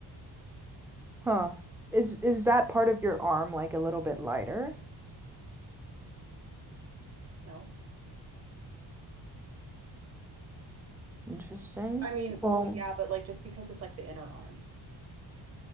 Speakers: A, in the centre; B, on the right.
A: Huh. Is is that part of your arm like a little bit lighter?
B: No.
A: Interesting.
B: I mean,
A: Well,
B: well, yeah, but like just because it's like the inner arm.